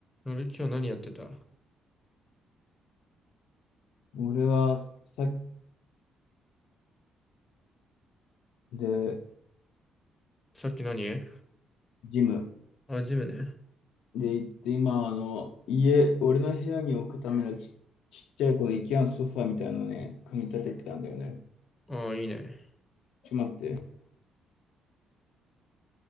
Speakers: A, on the left; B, on the left.
A: あれ、今日何やってた
B: 俺はさっきで、
A: さっき何
B: ジム
A: あ、ジムね。
B: で行って、今、あの、家、俺の部屋に置くためのち、ちっちゃいこの IKEA のソファーみたいなのをね、組み立ててたんだよね。
A: ああ、いいね。
B: ちょっと待って。